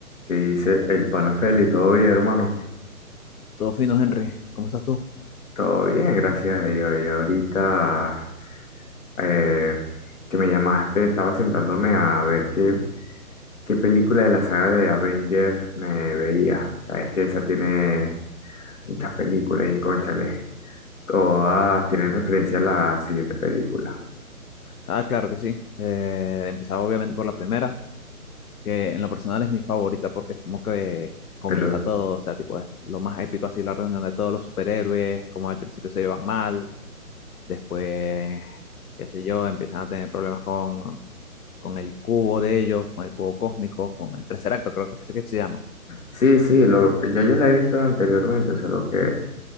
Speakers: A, on the left (about 60°); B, on the left (about 70°).
A: ¿Qué dice el pana Feli? ¿Todo bien, hermano?
B: Todo fino, Henry. ¿Cómo estás tú?
A: Todo bien, gracias a Dios. Y ahorita eh, que me llamaste, estaba sentándome a ver qué, qué película de la saga de Avenger me veía. Sabes que esa tiene muchas películas y cónchale, todas tienen referencia a la siguiente película.
B: Ah, claro que sí. Eh, empezaba obviamente por la primera, que en lo personal es mi favorita porque es como que comienza
A: Pero
B: todo, o sea, tipo, es lo más épico así, la reunión de todos los superhéroes, como al principio se llevan mal, después, qué sé yo, empiezan a tener problemas con, con el cubo de ellos, con el cubo cósmico, con el tercer acto, creo que es que se llama.
A: sí, sí, lo- ya yo la he visto anteriormente, solo que